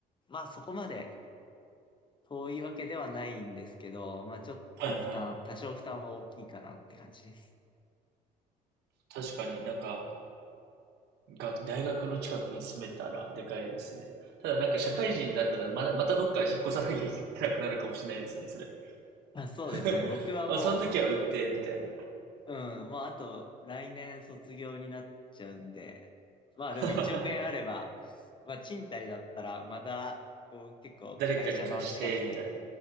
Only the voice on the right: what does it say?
はい、はい。
確かになんか、が、大学の近くに住めたらでかいですね。ただなんか社会人になったらまだ、またどっか引っ越さなきゃいけなくなるかもしれないですね、それ。
<laughs>
まあ、その時は売って、みたいな。
<laughs>
誰かに貸して、みたいな。